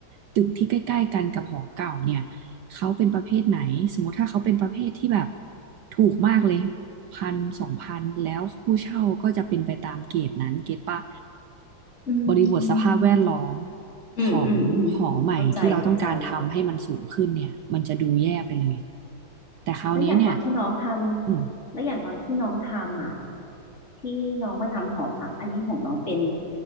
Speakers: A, on the right (about 70°); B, on the left (about 35°).
A: ตึกที่ใกล้ๆกันกับหอเก่าเนี่ย เขาเป็นประเภทไหนสมมติถ้าเขาเป็นประเภทที่แบบถูกมากเลยพันสองพันแล้วผู้เช่าก็จะเป็นไปตามเกรดนั้นเก็ตปะ
B: อื
A: บริบทสภาพแวดล้อม
B: มอืมอืมอืมเข้าใจ
A: ของหอใหม่ที่เราต้องการทำให้มันสูงขึ้นเนี่ยมันจะดูแย่ไปเลย
B: เข้าใจ
A: แต่คราวเนี้ยเนี่ย
B: แล้วอย่างตอนที่น้องทำ
A: อืม
B: แล้วอย่างตอนที่น้องทำอ่ะที่น้องมาทำหอพักอันนี้ของน้องเป็น